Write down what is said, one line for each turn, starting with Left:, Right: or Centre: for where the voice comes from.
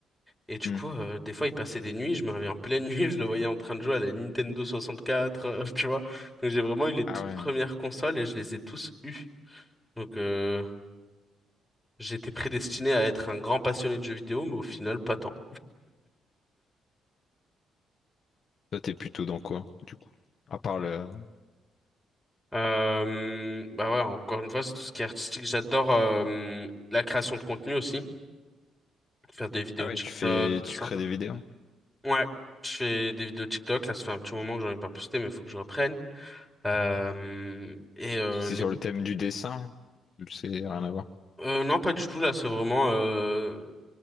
Centre: Et du
Left: Hmm.
Centre: coup, euh, des fois, il passait des nuits, je me réveillais en pleine nuit, <laughs> je le voyais en train de jouer à la Nintendo 64, euh, tu vois. Donc j'ai vraiment eu les toutes
Left: Ah ouais.
Centre: premières consoles et je les ai tous eues. Donc euh, j'étais prédestiné à être un grand passionné de jeux vidéo, mais au final, pas tant.
Left: Toi, t'es plutôt dans quoi, du coup? À part le...
Centre: Euh, bah ouais, encore une fois, c'est tout ce qui est artistique. J'adore euh, la création de contenu aussi, faire des vidéos
Left: Ah ouais,
Centre: TikTok,
Left: tu fais...
Centre: tout
Left: Tu
Centre: ça.
Left: crées des vidéos.
Centre: Ouais, je fais des vidéos TikTok, là, ça fait un petit moment que j'en ai pas posté, mais il faut que je reprenne. Euh, et euh,
Left: C'est
Centre: les
Left: sur le thème du dessin. C'est rien à voir.
Centre: Euh, non, pas du tout, là, c'est vraiment... euh,